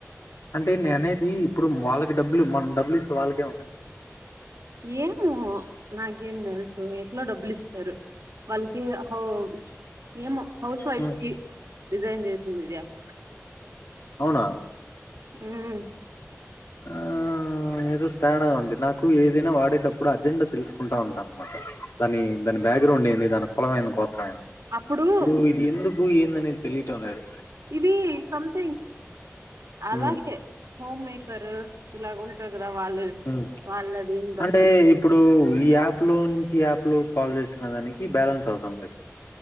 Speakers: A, on the left; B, on the right.
A: అంటే నేను అనేది ఇప్పుడు వాళ్ళకి డబ్బులు మన డబ్బులు ఇస్తే వాళ్ళకే ఏం వస్
B: ఏమో నాకేం తెలుసు లో డబ్బులు ఇస్తారు వాళ్ళకి కూడా ఓ ఏమో హౌస్ వైఫ్స్
A: మ్మ్
B: కి డిజైన్ చేసింది ఇది యాప్
A: అవునా
B: మ్మ్
A: ఆ ఏదో తేడాగా ఉంది నాకు ఏదైనా వాడేటప్పుడు అది అజెండా తెలుసుకుంటా ఉంటాం అన్నమాట దాన్ని దాన్ని బ్యాక్గ్రౌండ్ ఏంది దాని కులము ఏందో గొప్ప అవును
B: అప్పుడు
A: ఇప్పుడు ఇది ఎందుకు ఏందనేది తెలియటం అన్నారు
B: ఇది సథింగ్ అలాగే
A: హ్మ్
B: హోమ్ మేకర్ ఇలాగ ఉంటారు కదా వాళ్ళది
A: హ్మ్
B: వాళ్ళది బట్
A: అంటే ఇప్పుడు ఈ యాప్ లో నుంచి యాప్ లో కాల్ చేసుకునే దానికి బ్యాలెన్స్ అవసరం లేదు